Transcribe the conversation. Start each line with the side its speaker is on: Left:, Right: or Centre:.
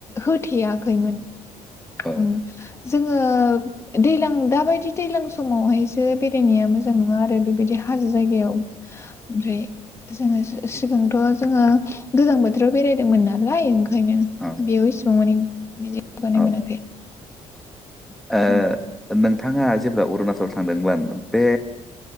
Left: होथेयाखैमोन
Centre: औ
Left: उम जोङो दैज्लां दाबायदि दैज्लां समावहायसो बेरायनाया मोजां नङा आरो बेबायदि हाजो जायगायाव ओमफ्राय जोङो सि सिगांथ' जोङो गोजां बोथोराव बेरायदोंमोन नालाय ओंखायनो
Centre: औ
Left: बेयाव इसेबां माने बिदि गोगानाय
Centre: औ
Left: मोनाखै
Centre: ओ
Left: उम
Centre: नों नोंथाङा जेब्ला अरुणाचल थांदोंमोन बे